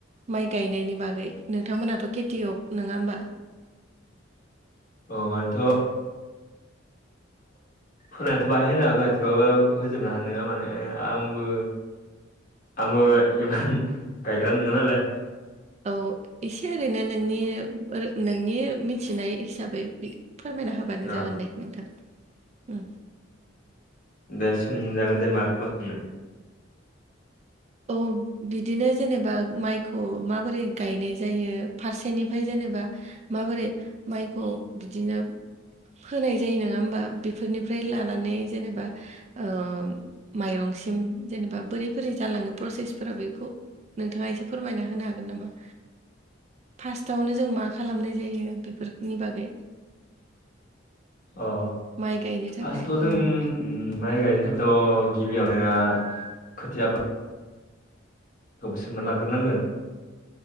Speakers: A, on the right (about 35°); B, on the left (about 45°).
A: माइ गायनायनि बागै नोंथांमोनाथ' खेथियग नङा होमबा?
B: औ बेन्थ' होनायाथ' बाहाय होनो हागोन थेवबाबो होजोबनो हानाय नङा माने आंबो आंबो इमान गायग्रा नङा नालाय
A: औ एसे ओरैनो नोंनि ओ नोंनि मिथिनाय हिसाबै फोरमायना होबानो
B: अ
A: जागोन दे नोंथां। उम
B: दे सोंजागोन दे माखौबा सोंनो
A: औ बिदिनो जेनेबा माइखौ माबोरै गायनाय जायो फारसेनिफ्राय जेनेबा माबोरै माइखौ बिदिनो फोनाय जायो नङा होमबा बेफोरनिफ्राय लानानै जेनेबा ओ माइरंसिम जेनेबा बोरै बोरै जालाङो प्रसेसफोरा बेखौ नोंथाङा एसे फोरमायना होनो हागोन नामा? फार्स्टआवनो जों मा खालामनाय जायो बेफोरनि बागै
B: अ
A: माइ गायनो थाखाय
B: फार्स्टआव जों
A: औ
B: ओम माइ गायनो थाथ' गिबियावनो खोथियाफो सोमना लाग्रोनांगोन।